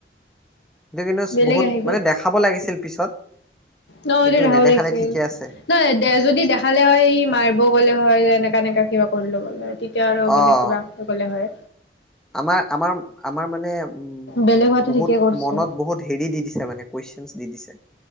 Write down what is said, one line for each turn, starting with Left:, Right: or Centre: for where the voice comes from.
Centre: সেইটো কিন্তু
Left: বেলেগ
Centre: বহুত
Left: আহি
Centre: মানে
Left: গ'ল
Centre: দেখাব লাগিছিল পিছত
Left: নহলে
Centre: কিন্তু
Left: দেখাব
Centre: নেদেখালে
Left: লাগিছিল
Centre: ঠিকে আছে
Left: নাই যদি দেখালে হয় ই মাৰিব গ'লে হয় এনেকা এনেকা কিবা কৰি লব গ'লে এতিয়া আৰু
Centre: অ
Left: বেলেগ কিবা গ'লে হয়
Centre: আমাৰ আমাৰ আমাৰ মানে উম
Left: বেলেগ হোৱাটো
Centre: বহুত
Left: ঠিকে কৰিছে
Centre: মনত বহুত হেৰি দি দিছে মানে কুৱেশনচ দি দিছে